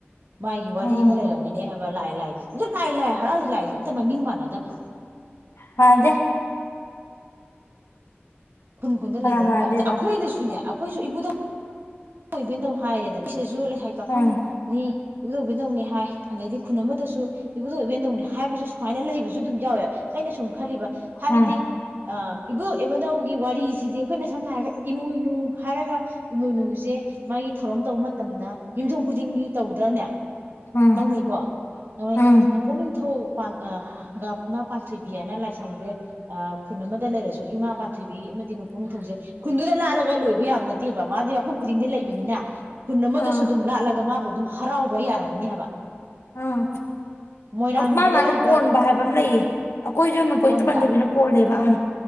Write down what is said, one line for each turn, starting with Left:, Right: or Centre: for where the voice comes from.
Right: ꯃꯥꯒꯤ ꯋꯥꯔꯤ
Left: ꯎꯝ
Right: ꯑꯃ ꯂꯩꯔꯝꯒꯅꯤ ꯍꯥꯏꯕ ꯂꯥꯏ ꯂꯥꯏ ꯗꯨꯠ ꯂꯥꯏ ꯂꯥꯏ ꯍꯔꯥꯎꯁꯦ ꯂꯥꯛꯏꯦꯝꯛꯇ ꯃꯃꯤꯡ ꯃꯥꯟꯅꯗꯕ꯭ꯔꯣ
Left: ꯃꯅꯥꯗꯦ
Right: ꯈꯨꯟ ꯈꯨꯟꯗ
Left: ꯀꯅꯥ
Right: ꯂꯩꯅꯔꯤꯃꯦ
Left: ꯃꯥꯟꯅꯗꯣꯏꯕ
Right: ꯑꯗ ꯑꯩꯈꯣꯏꯗꯁꯨꯅꯦ ꯑꯩꯈꯣꯏꯁꯨ ꯏꯕꯨꯗ ꯏꯕꯅ ꯇꯧ ꯍꯥꯏꯔꯦꯗꯅ ꯁꯤꯗꯁꯨ ꯍꯥꯏ ꯄꯥꯈꯪꯅꯤ
Left: ꯎꯝ
Right: ꯏꯗꯧꯕꯤꯅꯧꯅꯤ ꯍꯥꯏ ꯑꯗꯩꯗꯤ ꯈꯨꯟ ꯑꯃꯗꯁꯨ ꯏꯕꯨꯙꯧ ꯏꯕꯦꯟꯗꯧꯅꯤ ꯍꯥꯏꯕꯁꯨ ꯁꯨꯃꯥꯏꯅ ꯂꯩꯕꯁꯨ ꯑꯗꯨꯝ ꯌꯥꯎꯋꯦ ꯑꯩꯅ ꯁꯨꯝ ꯈꯜꯂꯤꯕ ꯍꯥꯏꯕꯗꯤ
Left: ꯎꯝ
Right: ꯑ ꯏꯕꯨꯗꯧ ꯏꯕꯙꯧꯒꯤ ꯋꯥꯔꯤꯁꯤꯗꯤ ꯑꯩꯈꯣꯏꯅ ꯁꯝꯅ ꯍꯥꯏꯔꯒ ꯏꯃꯣꯏꯅꯨ ꯍꯥꯏꯔꯒ ꯏꯃꯣꯏꯅꯨꯁꯦ ꯃꯥꯒꯤ ꯊꯧꯔꯝ ꯇꯧꯕ ꯃꯇꯝꯗ ꯌꯨꯝꯊꯣꯡ ꯈꯨꯗꯤꯡꯒꯤ ꯇꯧꯗ꯭ꯔꯅꯦ
Left: ꯎꯝ
Right: ꯇꯧꯅꯩꯀꯣ ꯇꯧꯅꯩ
Left: ꯎꯝ
Right: ꯅꯣꯡꯄꯣꯛ ꯅꯤꯡꯊꯧ ꯑ ꯏꯃꯥ ꯄꯥꯟꯊꯣꯏꯕꯤ ꯍꯥꯏꯅ ꯂꯥꯏꯁꯪꯁꯦ ꯑ ꯈꯨꯟ ꯑꯃꯗ ꯂꯩꯔꯁꯨ ꯏꯃꯥ ꯄꯟꯊꫭꯏꯕꯤ ꯑꯃꯗꯤ ꯅꫭꯡꯄꫭꯛ ꯅꯤꯡꯊꯧꯖꯦ ꯈꯨꯟꯗꯨꯗ ꯂꯥꯠꯂꯒ ꯌꯥꯕ ꯅꯠꯇꯦꯕ ꯃꯥꯗꯤ ꯈꯨꯗꯤꯡꯗ ꯂꯩꯕꯅꯤꯅ ꯈꯨꯟ ꯑꯃꯗꯁꯨ
Left: ꯑꯥ
Right: ꯑꯗꯨꯝ ꯂꯥꯠꯂꯒ ꯃꯥꯕꯨ ꯑꯗꯨꯝ ꯍꯔꯥꯎꯕ ꯌꯥꯔꯝꯒꯅꯤ ꯍꯥꯏꯕ
Left: ꯎꯝ
Right: ꯃꯣꯏꯔꯥꯡꯒꯤꯗ
Left: ꯃꯥ ꯃꯥꯅ
Right: ꯂꯩꯕ
Left: ꯀꯣꯟꯕ ꯍꯥꯏꯕ ꯑꯝ ꯂꯩꯌꯦ ꯑꯩꯈꯣꯏꯁꯨ ꯅꯄꯣꯛ
Right: ꯀꯣꯟꯕ
Left: ꯅꯤꯡꯊꯧ ꯄꯥꯟꯊꫭꯏꯕꯤꯅ ꯀꯣꯜꯂꯦꯕ <inaudible>